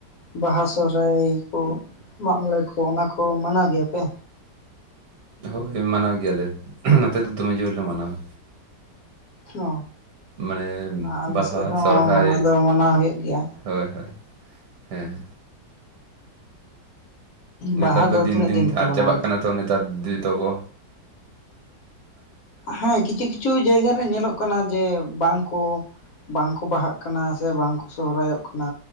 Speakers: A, on the left; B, on the right.
A: ᱵᱟᱦᱟ ᱥᱚᱦᱨᱟᱭ ᱠᱚ ᱢᱟᱜ ᱢᱚᱬᱮ ᱠᱚ ᱚᱱᱟ ᱠᱚ ᱢᱟᱱᱟᱣ ᱜᱮᱭᱟ ᱯᱮ
B: ᱦᱳᱭ ᱢᱟᱱᱟᱣ ᱜᱮᱭᱟ ᱞᱮ ᱱᱚᱛᱮ ᱫᱚ ᱫᱚᱢᱮ ᱡᱳᱨ ᱞᱮ ᱢᱟᱱᱟᱣᱟ
A: ᱚ,
B: ᱢᱟᱱᱮ
A: ᱟᱞᱮ
B: ᱵᱟᱦᱟ
A: ᱥᱮᱫ ᱦᱚᱸ
B: ᱥᱚᱨᱦᱟᱭ
A: ᱢᱟᱱᱟᱣ ᱫᱚ ᱢᱟᱱᱟᱣ ᱦᱩᱭᱩᱜ ᱜᱮᱭᱟ
B: ᱦᱳᱭ ᱦᱳᱭ ᱦᱮᱸ ᱱᱮᱛᱟᱨ
A: ᱵᱟᱦᱟ
B: ᱫᱚ ᱫᱤᱱ
A: ᱛᱤᱱᱟᱹᱜ
B: ᱫᱤᱱ ᱛᱮ
A: ᱯᱮ
B: ᱟᱫ
A: ᱢᱟᱱᱟᱣ
B: ᱪᱟᱵᱟᱜ
A: ᱜᱮᱭᱟ
B: ᱠᱟᱱᱟ ᱛᱚ ᱱᱮᱛᱟᱨ ᱫᱤᱫᱤ ᱛᱟᱠᱚ
A: ᱦᱮᱸ ᱠᱤᱪᱷᱩ ᱠᱤᱪᱷᱩ ᱡᱟᱭᱜᱟ ᱨᱮ ᱧᱮᱞᱚᱜ ᱠᱟᱱᱟ ᱡᱮ ᱵᱟᱝ ᱠᱚ ᱵᱟᱝ ᱠᱚ ᱵᱟᱦᱟᱜ ᱠᱟᱱᱟ ᱥᱮ ᱵᱟᱝ ᱠᱚ ᱥᱚᱦᱨᱟᱭᱚᱜ ᱠᱟᱱᱟ